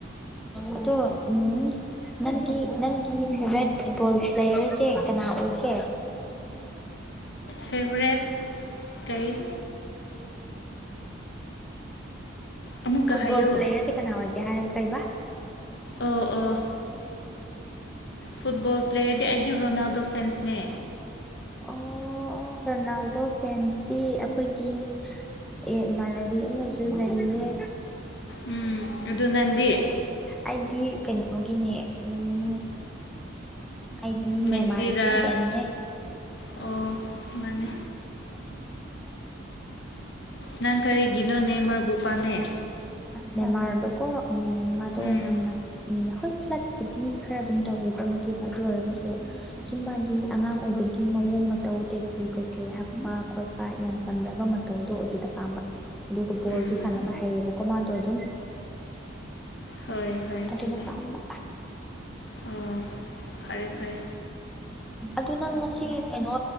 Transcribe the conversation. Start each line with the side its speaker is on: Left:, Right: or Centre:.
Centre: ꯑꯗꯣ ꯎꯝ ꯅꯪꯒꯤ ꯅꯪꯒꯤ ꯐꯦꯚꯣꯔꯥꯏꯠ ꯐꯨꯠꯕꯣꯜ ꯄ꯭ꯂꯦꯌꯔꯖꯦ ꯀꯅꯥ ꯑꯣꯏꯒꯦ
Left: ꯐꯦꯚꯣꯔꯦꯠ ꯀꯩ ꯑꯃꯨꯛꯀ
Centre: ꯐꯨꯠꯕꯣꯜ
Left: ꯍꯥꯏꯌꯣ
Centre: ꯄ꯭ꯂꯦꯌꯔꯁꯦ ꯀꯅꯥ ꯑꯣꯏꯒꯦ ꯍꯥꯏꯔꯒ ꯀꯩꯕ
Left: ꯑꯣ ꯑꯣ ꯐꯨꯠꯕꯣꯜ ꯄ꯭ꯂꯦꯌꯔꯗꯤ ꯑꯩꯗꯤ ꯔꯣꯅꯥꯜꯗꯣ ꯐꯦꯟꯁꯅꯦ
Centre: ꯑꯣ ꯔꯣꯅꯥꯜꯗꯣ ꯐꯦꯟꯁꯇꯤ ꯑꯈꯣꯏꯒꯤ ꯑꯦ ꯏꯃꯥꯅꯕꯤ ꯑꯃꯖꯨ ꯂꯩꯌꯦ
Left: ꯎꯝ ꯑꯗꯨ ꯅꯪꯗꯤ
Centre: ꯑꯩꯗꯤ ꯀꯩꯅꯣꯒꯤꯅꯦ ꯎꯝ ꯑꯩꯗꯤ
Left: ꯃꯦꯁꯤꯔꯥ
Centre: ꯅꯦꯃꯥꯔꯒꯤ ꯐꯦꯟꯅꯦ
Left: ꯑꯣ
Centre: <inaudible> <unintelligible>
Left: ꯃꯥꯅꯦ ꯅꯪ ꯀꯔꯤꯒꯤꯅꯣ ꯅꯦꯃꯔꯕꯨ ꯄꯥꯝꯃꯦ
Centre: ꯅꯦꯃꯥꯔꯗꯣꯀꯣ ꯎꯝ ꯃꯥꯗꯣ
Left: ꯎꯝ
Centre: ꯌꯥꯝꯅ ꯎꯝ ꯍꯣꯏ ꯐ꯭ꯂꯠꯄꯨꯗꯤ ꯈꯔ ꯑꯗꯨꯝ ꯇꯧꯋꯦꯀꯣ ꯅꯨꯄꯤꯗ ꯑꯗꯨ ꯑꯣꯏꯔꯒꯁꯨ ꯁꯨꯝ ꯃꯥꯒꯤ ꯑꯉꯥꯡ ꯑꯣꯏꯕꯒꯤ ꯒꯤ ꯃꯑꯣꯡ ꯃꯠ ꯇꯧ ꯇꯦꯇꯨ ꯀꯩꯀꯩ ꯍꯛꯄ ꯈꯣꯠꯄ ꯌꯥꯝ ꯆꯝꯖꯕ ꯃꯇꯧꯗꯣ ꯑꯗꯨꯗ ꯄꯥꯝꯕ ꯑꯗꯨꯒ ꯕꯣꯜꯖꯨ
Left: ꯎꯝ
Centre: ꯁꯥꯟꯅꯕ ꯍꯩꯌꯦꯕꯀꯣ ꯃꯥꯗꯣ ꯑꯗꯨꯝ
Left: ꯍꯣꯏ ꯍꯣꯏ
Centre: ꯑꯗꯨꯅ
Left: ꯆꯨꯝꯃꯦ
Centre: ꯄꯥꯝꯕ
Left: ꯑꯣ ꯐꯔꯦ ꯐꯔꯦ
Centre: ꯑꯗꯨ ꯅꯪ ꯉꯁꯤ ꯀꯩꯅꯣ